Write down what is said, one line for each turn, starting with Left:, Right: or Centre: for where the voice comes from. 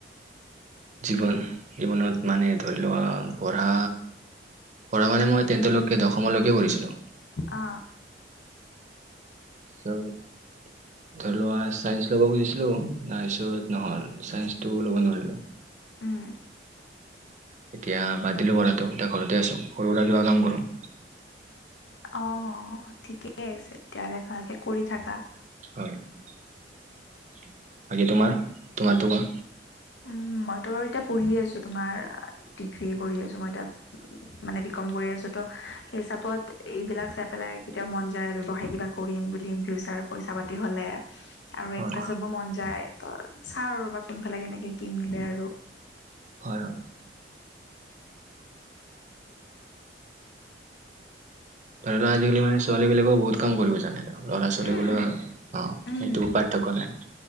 Right: জীৱন জীৱনত মানে ধৰি লোৱা পঢ়া পঢ়া মান মই তেন্তেলৈকে দশমলৈকে পঢ়িছিলোঁ
Left: অ
Right: পিছত ধৰি লোৱা চাইন্স ল'ব খুজিছিলো নাই চত নহ'ল চাইন্সটো ল'ব নোৱাৰিলো
Left: উম
Right: এতিয়া বাদ দিলো পঢ়াটো এতিয়া ঘৰতে আছো সৰু সুৰা কিবা কাম কৰো
Left: অ ঠিকেই আছে তেতিয়াহ'লে ভালকে কৰি থাকা
Right: হয় বাকী তোমাৰ তোমাৰতো কোৱা
Left: উম মইতো বাৰু এতিয়া পঢ়ি আছো তোমাৰ ডিগ্ৰী কৰি আছো মই এতিয়া মানে বিকম কৰি আছো ত সেই হিচাপত এইবিলাক চাই পেলাই কেতিয়াও মন যায় ব্যৱসায় কিবা কৰিম বুলিম ফিউচাৰ পইচা পাতি হলে আৰু
Right: হয়
Left: এক্ট্ৰেছ হ'ব মন যায় ত চাও ৰবা কোনফালে কেনেকে কি মিলে আৰু
Right: হয় হয় ধৰি লোৱা আজালি মানে ছোৱালী বিলাকো বহু কাম কৰিব জানে ত ল'ৰা ছোৱালী
Left: উম
Right: বুলি অ
Left: উম
Right: সেইটো পাৰ্থক্য নাই